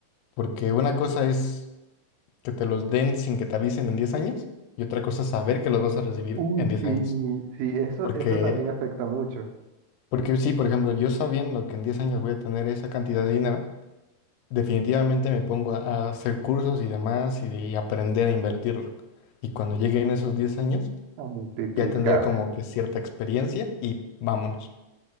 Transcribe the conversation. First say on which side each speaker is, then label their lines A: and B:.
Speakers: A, on the left (about 85°); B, on the right (about 80°).
A: Porque una cosa es que te los den sin que te avisen en 10 años y otra cosa es saber que los vas a recibir
B: Uy,
A: en 10
B: sí,
A: años.
B: sí, eso,
A: Porque,
B: eso también afecta mucho.
A: porque sí, por ejemplo, yo sabiendo que en 10 años voy a tener esa cantidad de dinero, definitivamente me pongo a a hacer cursos y demás y, y aprender a invertirlo. Y cuando lleguen esos 10 años,
B: A multiplicar.
A: ya tendría como que cierta experiencia y vámonos.